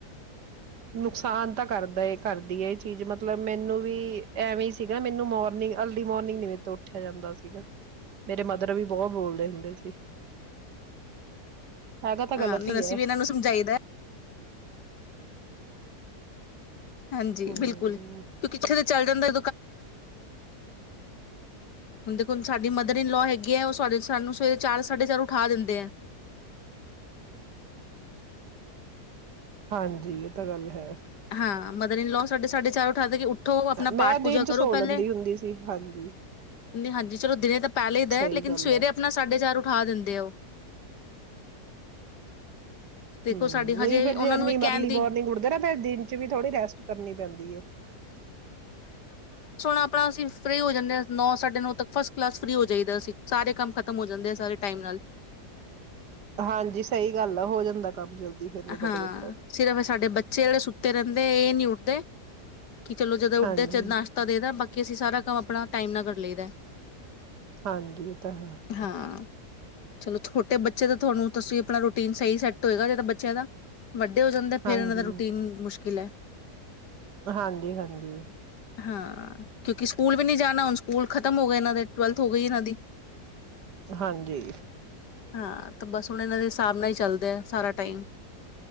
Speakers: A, on the right; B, on the left.
A: ਨੁਕਸਾਨ ਤਾਂ ਕਰਦਾ ਕਰਦੀ ਹੈ ਇਹ ਚੀਜ਼ ਮਤਲਬ ਮੈਨੂੰ ਵੀ ਐਵੇਂ ਹੀ ਸੀਗਾ ਮੈਨੂੰ ਮੋਰਨਿੰਗ ਅਰਲੀ ਮੋਰਨਿੰਗ ਨੀ ਮੇਰੇ ਤੋਂ ਉੱਠਿਆ ਜਾਂਦਾ ਸੀਗਾ। ਮੇਰੇ ਮਦਰ ਵੀ ਬਹੁਤ ਬੋਲਦੇ ਹੁੰਦੇ ਸੀ ਹੈਗਾ ਤਾਂ ਗਲਤ
B: ਹਾਂ ਨਹੀਂ
A: ਹੀ
B: ਅਸੀਂ
A: ਹੈ
B: ਵੀ ਇਹਨਾਂ ਨੂੰ ਸਮਝਾਈਦਾ ਹਾਂਜੀ
A: ਹਮ
B: ਬਿਲਕੁਲ ਕਿਉ ਕਿੱਥੇ ਤਾਂ ਚੱਲ ਜਾਂਦਾ ਦੇਖੋ ਹੁਣ ਸਾਡੀ ਮਦਰ ਇਨ ਲੋ ਹੈਗੀ ਹੈ ਉਹ ਸਾਨੂੰ ਸਵੇਰੇ ਚਾਰ ਸਾਢੇ ਚਾਰ ਉਠਾ ਦਿੰਦੇ ਆ!
A: ਹਾਂਜੀ ਇਹ ਤਾਂ ਗੱਲ ਹੈ!
B: ਹਾਂ ਮਦਰ ਇਨ ਲਾਅ ਸਾਡੇ ਸਾਡੇ ਚਾਰ ਉਠਾ ਦੇ ਕੇ ਉਠੋ ਆਪਣਾ ਪਾਠ
A: ਮੈਂ
B: ਪੂਜਾ
A: ਦਿਨ ਚ
B: ਕਰੋ
A: ਸੋ
B: ਪਹਿਲੇ
A: ਲੈਂਦੀ ਹੁੰਦੀ ਸੀ ਹਾਂਜੀ।
B: ਨਹੀਂ ਹਾਂਜੀ ਚਲੋ ਦਿਨੇ ਤਾਂ ਪਹਿਲੇ ਹੀ ਦਾ
A: ਸਹੀ
B: ਲੇਕਿਨ
A: ਗੱਲ
B: ਸਵੇਰੇ
A: ਹੈ।
B: ਆਪਣਾ ਸਾਢੇ ਚਾਰ ਉਠਾ ਦਿੰਦੇ ਆ ਉਹ ਦੇਖੋ
A: ਹੂੰ
B: ਸਾਡੀ ਹਜੇ
A: ਉਹੀ ਫੇਰ
B: ਉਹਨਾਂ
A: ਜੇ ਇਨੀ
B: ਨੂੰ ਵੀ ਕਹਿਣ
A: ਅਗਲੀ
B: ਦੀ
A: ਮੋਰਨਿੰਗ ਉੱਠਦੇ ਨਾ ਫਿਰ ਦਿਨ ਚ ਵੀ ਥੋੜੀ ਰੈਸਟ ਕਰਨੀ ਪੈਂਦੀ ਐ।
B: ਆਪਾ ਨਾ ਅਸੀਂ ਫ੍ਰਰੀ ਹੋ ਜਾਂਦੇ ਹਾਂ ਨੌ ਸਾਢੇ ਨੌ ਤੱਕ ਫਸਟ ਪਲੱਸ ਫ੍ਰਰੀ ਹੋ ਜਾਈਦਾ ਸੀ। ਕੰਮ ਖ਼ਤਮ ਹੋ ਜਾਂਦੇ ਆ ਸਾਰੇ ਟਾਈਮ ਨਾਲ
A: ਹਾਂਜੀ ਸਹੀ ਗੱਲ ਆ ਹੋ ਜਾਂਦਾਂ ਕੰਮ ਜਲਦੀ ਫੇਰ ਨਿਬੜ
B: ਹਾਂ
A: ਜਾਂਦਾ
B: ਸਿਰਫ ਸਾਡੇ ਬੱਚੇ ਹਲੇ ਸੁ ਤੇ ਰਹਿੰਦੇ ਇਹ ਨੀ ਉੱਠਦੇ ਕਿ ਚਲੋ ਜਦੋਂ
A: ਹਾਂਜੀ।
B: ਉੱਠਦੇ ਜਦ ਨਾਸ਼ਤਾ ਦੇਦਾਂ ਬਾਕੀ ਅਸੀਂ ਸਾਰਾ ਕੰਮ ਆਪਣਾ ਟਾਈਮ ਨਾਲ ਕਰ ਲਈਦਾ।
A: ਹਾਂਜੀ ਇਹ ਤਾਂ ਹੈ।
B: ਹਾਂ ਚਲੋ ਛੋਟੇ ਬੱਚੇ ਤਾਂ ਤੁਹਾਨੂੰ ਤਾਂਂ ਆਪਣਾ ਰੂਟੀਨ ਸਹੀ ਸੈੱਟ ਹੋਏਗਾ ਜਦੋਂ ਬੱਚੇ ਬੱਚਿਆਂ ਦਾ ਵੱਡੇ ਹੋ ਜਾਂਦੇ ਫਿਰ
A: ਹਾਂਜੀ
B: ਇਹਨਾਂ ਦਾ ਰੂਟੀਨ ਮੁਸ਼ਕਿਲ ਐ।
A: ਹਾਂਜੀ- ਹਾਂਜੀ।
B: ਹਾਂ ਕਿਉਂਕਿ ਸਕੂਲ ਵੀ ਨੀ ਜਾਣਾ, ਹੁਣ ਸਕੂਲ ਖਤਮ ਹੋ ਗਏ ਇਹਨਾਂ ਦੇ ਟਵੈਲਥ ਹੋ ਗਈ ਇਹਨਾਂ ਦੀ।
A: ਹਾਂਜੀ
B: ਹਾਂ ਤੇ ਬਸ ਹੁਣ ਇਹਨਾਂ ਦੇ ਹਿਸਾਬ ਨਾਲ ਹੀ ਚੱਲਦੇ ਆ ਸਾਰਾ ਟਾਈਮ